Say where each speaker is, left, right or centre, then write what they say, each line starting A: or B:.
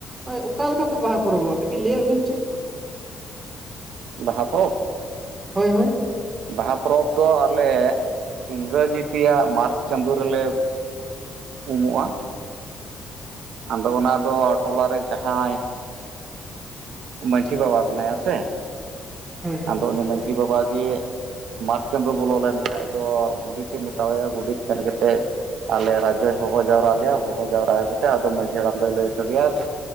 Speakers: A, on the right (about 25°); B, on the right (about 75°).
A: ᱚᱠᱟ ᱞᱮᱠᱟ ᱯᱮ ᱵᱟᱦᱟ ᱯᱚᱨᱚᱵᱚᱜᱼᱟ᱾ ᱠᱟᱹᱴᱤᱡ ᱞᱟᱹᱭ-ᱟᱜ ᱵᱤᱱ ᱥᱮ᱾
B: ᱵᱟᱦᱟ ᱯᱚᱨᱚᱵᱽ?
A: ᱦᱳᱭ ᱦᱳᱭ
B: ᱵᱟᱦᱟ ᱯᱚᱨᱚᱵᱽ ᱫᱚ ᱟᱞᱮ, ᱤᱝᱨᱟᱹᱡᱤ ᱛᱮᱭᱟᱜ ᱢᱟᱨᱪ ᱪᱟᱸᱫᱳ ᱨᱮ ᱞᱮ ᱩᱢᱚᱜᱼᱟ᱾ ᱟᱸᱫᱚ ᱚᱱᱟ ᱫᱚ ᱴᱚᱞᱟᱨᱮ ᱡᱟᱦᱟᱸᱭ ᱢᱟᱺᱡᱷᱤ ᱵᱟᱵᱟ ᱢᱮᱱᱟᱭᱟ ᱥᱮ᱾
A: ᱦᱳᱭ ᱦᱳᱭ᱾
B: ᱟᱫᱚ ᱩᱱᱤ ᱢᱟᱺᱡᱷᱤ ᱵᱟᱵᱟᱜ ᱜᱮ ᱢᱟᱨᱪ ᱪᱟᱸᱫᱳ ᱵᱚᱞᱚ ᱞᱮᱱ ᱠᱷᱟᱡ ᱫᱚ ᱜᱩᱰᱮᱛ ᱮ ᱢᱮᱛᱟᱣᱟ ᱜᱚᱰᱮᱛ ᱥᱮᱱ ᱠᱟᱛᱮᱫ ᱟᱞᱮ ᱨᱟᱡᱡᱚᱭ ᱦᱚᱦᱚ ᱡᱟᱣᱨᱟ ᱞᱮᱭᱟ᱾ ᱦᱚᱦᱚ ᱡᱟᱣᱨᱟ ᱠᱟᱛᱮ ᱮᱫ ᱟᱫᱚ ᱢᱟᱺᱡᱷᱤ ᱦᱟᱲᱟᱢ ᱫᱚᱭ ᱞᱟᱹᱭ ᱥᱟᱰᱮᱭᱟ᱾